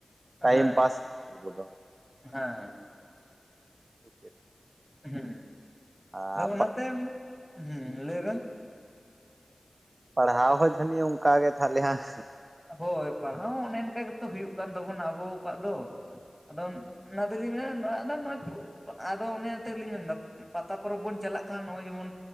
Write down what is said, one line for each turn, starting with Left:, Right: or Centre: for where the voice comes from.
Centre: ᱦᱮᱸ
Right: ᱴᱟᱭᱤᱢ ᱯᱟᱥ ᱠᱚᱫᱚ
Centre: ᱦᱮᱸ
Right: <inaudible>
Centre: ᱦᱮᱸ
Right: ᱟᱨ
Centre: ᱟᱫᱚ ᱚᱱᱟᱛᱮ, ᱦᱮ ᱞᱟᱹᱭ ᱵᱮᱱ
Right: ᱯᱟᱲᱦᱟᱣ ᱦᱚᱸ ᱡᱟᱹᱱᱤᱡ ᱚᱱᱠᱟᱜ ᱜᱮ ᱛᱟᱦᱚᱞᱮ ᱦᱟᱜ
Centre: ᱦᱳᱭ ᱯᱟᱲᱦᱟᱣ ᱦᱚᱸ ᱚᱱᱮ ᱚᱱᱠᱟ ᱜᱮᱛᱚ ᱦᱩᱭᱩᱜ ᱠᱟᱱ ᱛᱟᱵᱚᱱᱟ ᱟᱵᱚ ᱠᱚᱣᱟᱜ ᱫᱚ ᱟᱫᱚ ᱚᱱᱟ ᱫᱚᱞᱤᱧ ᱢᱮᱱᱟ ᱟᱫᱚ ᱱᱚ ᱟᱫᱚ ᱚᱱᱮ ᱛᱮᱜᱮᱞᱤᱧ ᱢᱮᱱᱫᱟ ᱯᱟᱛᱟ ᱯᱚᱨᱚᱵᱽ ᱵᱚᱱ ᱪᱟᱞᱟᱜ ᱠᱷᱟᱱᱟ ᱱᱚᱜ-ᱚᱭ ᱡᱮᱢᱚᱱ